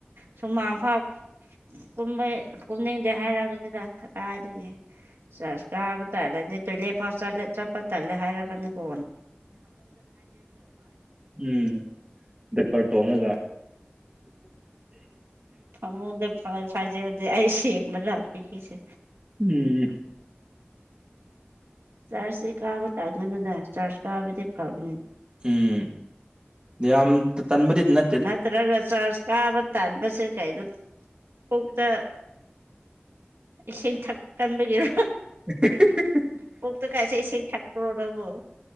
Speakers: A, on the right; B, on the right.
A: ꯁꯨꯃꯥꯡ ꯐꯥꯎ ꯀꯨꯝꯕꯩ ꯀꯨꯝꯅꯤꯡꯗꯦ ꯍꯥꯏꯔꯒꯅꯤꯅ ꯀꯗꯥꯥꯏꯗꯒꯤ ꯆꯁ ꯀꯥꯕ ꯇꯥꯜꯂꯗꯤ ꯇꯣꯢꯂꯦ ꯐꯥꯎ ꯆꯂ ꯆꯞꯄꯇꯂꯦ ꯍꯥꯏꯔꯒꯅꯤ ꯀꯣ
B: ꯎꯝ ꯕꯦꯇꯔ ꯇꯣꯡꯉꯒ
A: ꯐꯃꯨꯡꯗ ꯐ ꯐꯖꯤꯂꯗꯤ ꯑꯩ ꯁꯦꯡꯕ ꯂꯥꯛꯄꯤꯒꯦꯁꯦ
B: ꯎꯝ
A: ꯆꯥꯔꯆꯁꯤ ꯀꯥꯕ ꯇꯥꯟꯒꯅꯨꯗ ꯆꯥꯔꯆ ꯀꯥꯕꯗꯤ ꯐꯕꯅꯤ
B: ꯎꯝ ꯌꯥꯝ ꯇꯟꯕꯗꯤ ꯅꯠ
A: ꯅꯠꯇ꯭ꯔꯒ ꯆꯥꯔꯆ ꯀꯥꯕ ꯇꯟꯕꯁꯦ ꯀꯩꯗꯣ ꯄꯨꯛꯇ ꯏꯁꯤꯡ ꯊꯛꯀꯟꯕꯒꯤꯔ
B: <unintelligible>
A: ꯄꯨꯛꯇ ꯀꯥꯏꯁꯦ ꯢꯁꯤꯡ ꯊꯥꯛꯄ꯭ꯔꯣ ꯅꯪꯕꯣ